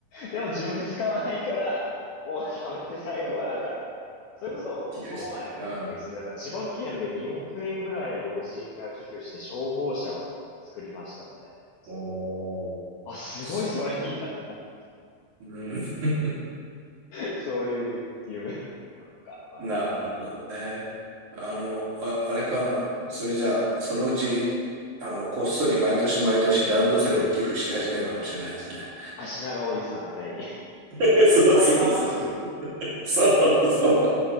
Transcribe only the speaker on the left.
でも自分で使わないから、もうやめて最後はなんか、それこそ、
この前のニュースで、
なんか千葉県で2億円ぐらい老人が寄付して消防車を作りましたみたいなニュースが。
あ、すごいそれいいなと思
う。<laughs> そういう夢なんか、まあ夢はある。
足長おじさんみたいに。
タイガーマスク。<laughs>